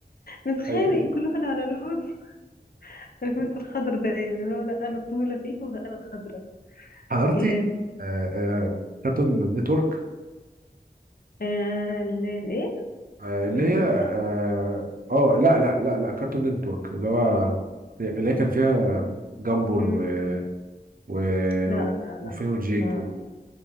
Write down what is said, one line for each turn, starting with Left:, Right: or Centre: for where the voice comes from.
Left: نتخانق
Right: ايوه
Left: كل واحد على لون <laughs> انا كنت الخضر دايما اللي هو لا انا الطويلة فيكم فانا الخضرة
Right: حضرتي
Left: كان
Right: آه، آه، كارتون نتورك
Left: آه الايه
Right: آه، اللي
Left: نيكلوديان
Right: هي اه آه، لا لا لا لا كارتون نتورك اللي هو اللي هي كان فيها جامبل
Left: مم.
Right: و و
Left: لا لا
Right: وفين
Left: لا
Right: وجيك
Left: ما
Right: و-